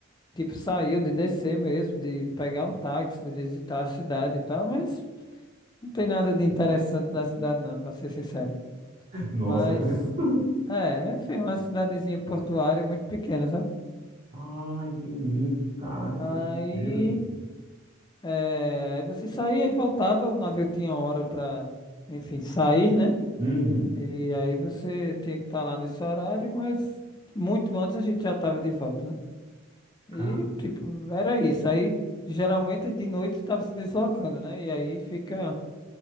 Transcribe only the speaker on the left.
tipo, saiu de descer mesmo, de pegar um táxi, de visitar a cidade e tal, mas não tem nada de interessante na cidade, não, pra ser sincero.
Mas,
é, enfim, uma cidadezinha portuária muito pequena, sabe?
Aí,
é, aí você saía e voltava, o navio tinha hora pra, enfim, sair, né?
E aí você tinha que estar lá nesse horário, mas muito antes a gente já estava de volta, né? E,
tipo, era isso. Aí, geralmente, de noite estava se deslocando, né? E aí fica,